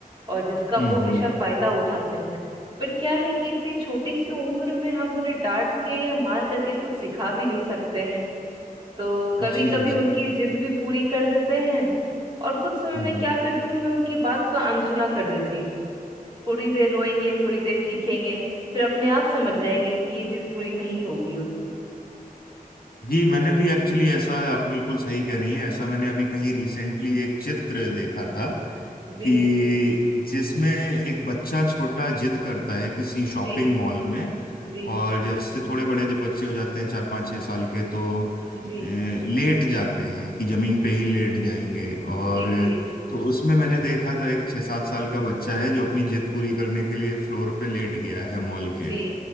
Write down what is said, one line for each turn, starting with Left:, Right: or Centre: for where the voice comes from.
Right: और जिसका
Left: हम्म
Right: वो हमेशा
Left: हम्म
Right: फायदा उठाते हैं पर क्या है कि इतनी छोटी सी उम्र में हम उन्हें डांट के या मार करके कुछ सिखा भी नहीं सकते हैं तो कभी
Left: जी
Right: कभी
Left: जी
Right: उनकी जिद भी पूरी कर देते हैं और कुछ समय
Left: हम्म
Right: मैं क्या
Left: हम्म
Right: करती हूँ मैं उनकी बात का अनसुना कर देती हूँ थोड़ी देर रोएंगे थोड़ी देर चीखेंगे फिर अपने आप समझ जाएंगे कि ये जिद पूरी नहीं होगी उनकी
Left: जी मैंने भी एक्चुअली ऐसा आप बिल्कुल सही कह रही हैं ऐसा मैंने अभी कहीं रिसेंटली एक चित्र देखा था
Right: जी
Left: कि जिसमें एक बच्चा छोटा जिद करता है किसी शॉपिंग
Right: जी
Left: मॉल में
Right: जी
Left: और जैसे थोड़े बड़े जब बच्चे हो जाते हैं चार पाँच छः साल के तो
Right: जी
Left: अ, लेट जाते हैं कि जमीन पे ही लेट जाएंगे और
Right: जी जी
Left: तो उसमें मैंने देखा था एक छः सात साल का बच्चा है जो अपनी जिद पूरी करने के लिए फ्लोर पे लेट गया है मॉल के
Right: जी